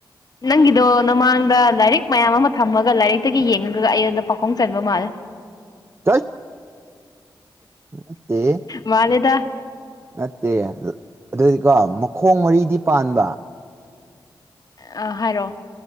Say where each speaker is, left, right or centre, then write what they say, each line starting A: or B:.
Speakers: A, on the left; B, on the right.
A: ꯅꯪꯒꯤꯗꯣ ꯅꯃꯥꯡꯗ ꯂꯥꯏꯔꯤꯛ ꯃꯌꯥꯝ ꯑꯃ ꯊꯝꯃꯒ ꯂꯥꯏꯔꯤꯛꯇꯒꯤ ꯌꯦꯡꯉꯒꯒ ꯑꯩꯉꯣꯟꯗ ꯄꯥꯎꯈꯨꯝ ꯆꯟꯕ ꯃꯥꯜꯂꯦ
B: ꯆꯣꯏꯠ ꯅꯠꯇꯦ
A: ꯃꯥꯅꯦꯦꯗ
B: ꯅꯠꯇꯦ ꯑꯗꯨꯗꯤꯀꯣ ꯃꯈꯣꯡ ꯃꯔꯤꯗꯤ ꯄꯥꯟꯕ
A: ꯑ ꯍꯥꯏꯔꯣ